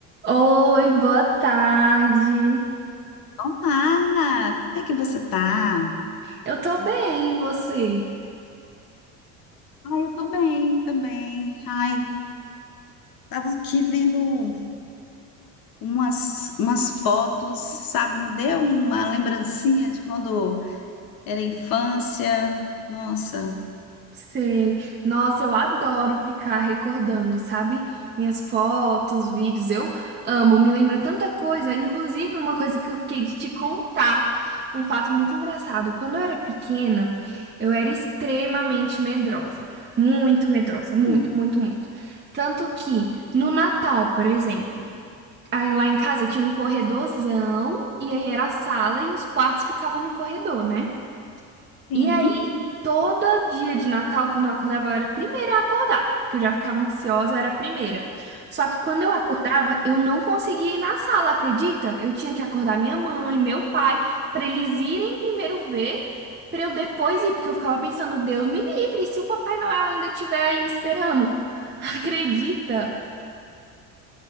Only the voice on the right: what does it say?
Oi, boa tarde.
Eu tô bem, e você?
Sei. Nossa, eu adoro ficar recordando, sabe? Minhas fotos, vídeos, eu amo. Me lembra tanta coisa, inclusive uma coisa que eu fiquei de te contar, um fato muito engraçado. Quando eu era pequena, eu era extremamente medrosa. Muito medrosa, muito,
muito, muito. Tanto que no Natal, por exemplo, Aí lá em casa tinha um corredorzão, e aí era a sala e os quartos ficavam no corredor, né?
E aí, todo dia de Natal, quando eu acordava, eu era a primeira a acordar, que eu já ficava ansiosa, eu era a primeira. Só que quando eu acordava, eu não conseguia ir na sala, acredita? Eu tinha que acordar minha mãe, meu pai, pra eles irem primeiro ver, pra eu depois ir, porque eu ficava pensando, Deus me livre, se o Papai Noel ainda estiver aí me esperando. <laughs> Acredita?